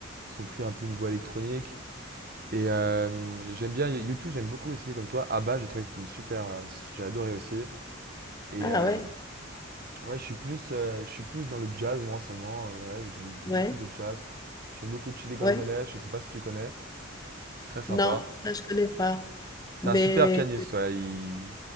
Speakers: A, on the right; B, on the left.
A: Ils ont pris un peu une voie électronique. Et euh, j'aime bien YouTube, j'aime beaucoup aussi, comme toi. Abba, j'ai trouvé que c'était une super. euh, J'ai adoré aussi. Et
B: Ah
A: euh,
B: ouais,
A: ouais, je suis plus, euh, je suis plus dans le jazz, moi, en ce moment. en vrai. j'aime beaucoup,
B: ouais,
A: beaucoup de jazz. J'aime beaucoup Chili Gonzalez,
B: ouais.
A: je sais pas si tu connais. C'est très sympa.
B: Non, ça je connais pas.
A: C'est
B: Mais
A: un super pianiste, ouais. Il,